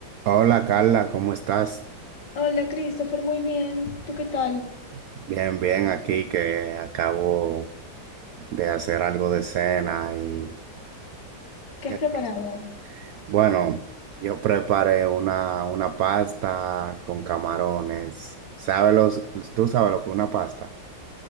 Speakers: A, on the right; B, on the left.
A: Hola Carla, ¿cómo estás?
B: Hola, Christopher, muy bien. ¿Tú qué tal?
A: Bien, bien, aquí que acabo de hacer algo de cena y,
B: ¿Qué
A: y
B: has
A: aquí-
B: preparado?
A: bueno, yo preparé una, una pasta con camarones. ¿Sabes los, tú sabes lo que es una pasta?